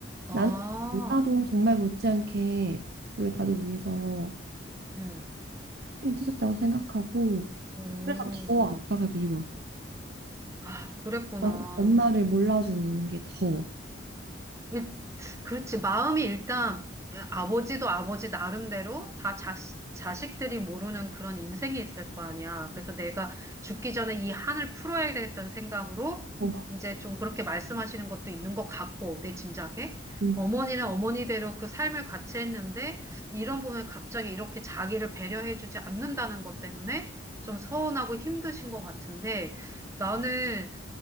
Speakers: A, on the right (about 15°); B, on the right (about 55°).
A: 아,
B: 나는 누나도 정말 못지않게 우리 가족 위해서
A: 음.
B: 힘쓰셨다고 생각하고
A: 음.
B: 그래서 더 아빠가 미워.
A: 아, 그랬구나.
B: 어, 엄마를 몰라주는 게 더.
A: 일- 그렇지. 마음이 일단 아버지도 아버지 나름대로 다 자식, 자식들이 모르는 그런 인생이 있을 거 아니야. 그래서 내가 죽기 전에 이 한을 풀어야겠다는 생각으로
B: 어,
A: 이제 좀 그렇게 말씀하시는 것도 있는 것 같고, 내 짐작에.
B: 음,
A: 어머니는 어머니대로 그 삶을 같이 했는데, 이런 부분에 갑자기 이렇게 자기를 배려해주지 않는다는 것 때문에 좀 서운하고 힘드신 것 같은데, 나는